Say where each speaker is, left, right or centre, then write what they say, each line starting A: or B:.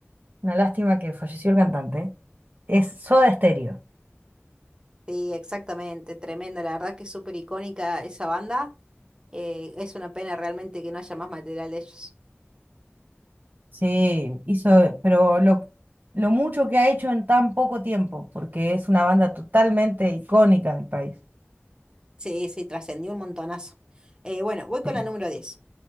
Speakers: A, on the right; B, on the right.
A: Una lástima que falleció el cantante. Es Soda Stereo.
B: Sí, exactamente, tremendo, la verdad que es súper icónica esa banda. Eh, es una pena realmente que no haya más material de ellos.
A: Sí, hizo, pero lo, lo mucho que ha hecho en tan poco tiempo, porque es una banda totalmente icónica del país.
B: Sí, sí, trascendió un montonazo. Eh, bueno, voy con
A: Sí.
B: la número diez